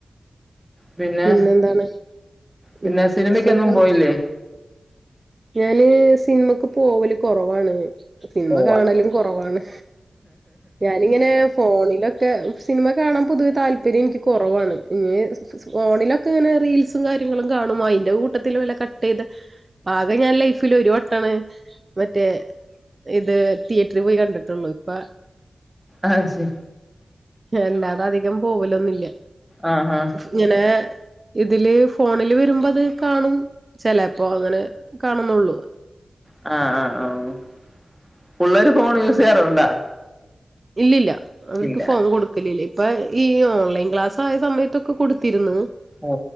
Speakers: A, in the centre; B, on the right (about 40°).
A: പിന്നെ
B: പിന്നെന്താണ്
A: പിന്നെ
B: ഉം
A: സിനിമയ്ക്കൊന്നും
B: സുഖം
A: പോയില്ലേ
B: ഞാന് സിനിമക്ക് പോവല് കൊറവാണ് സിനിമ
A: ഓ
B: കാണലും കുറവാണ് ഞാനിങ്ങനെ ഫോണിലൊക്കെ സിനിമ കാണാൻ പൊതുവെ താല്പര്യം എനിക്ക് കുറവാണ് ഇ ഫോണിലൊക്കെ ഇങ്ങനെ റീൽസും കാര്യങ്ങളും കാണും അതിന്റെ കൂട്ടത്തില് വില കട്ട് ചെയ്ത് ആകെ ഞാൻ ലൈഫിൽ ഒരു വട്ടമാണ് മറ്റേ ഇത് തിയറ്ററിൽ പോയി കണ്ടിട്ടുള്ളു ഇപ്പ
A: ആ ശരി
B: അല്ലാതെ അധികം പോവലൊന്നുല്യ
A: ആഹ് ആഹ്
B: ഇങ്ങനെ ഇതില് ഫോണില് വരുമ്പോ അത് കാണും ചെലപ്പോ അങ്ങനെ കാണുന്നുള്ളൂ
A: ആ ആ ആ പുള്ളൊരു ഫോൺ യൂസ് ചെയ്യാറുണ്ടാ
B: ഇല്ലില്ല അവർക്ക്
A: ഇല്ല
B: ഫോൺ കൊടുക്കലല്ലേ ഇപ്പൊ ഈ ഓൺലൈൻ ക്ലാസ് ആയ സമയത്തൊക്കെ കൊടുത്തിരുന്ന്
A: ഓ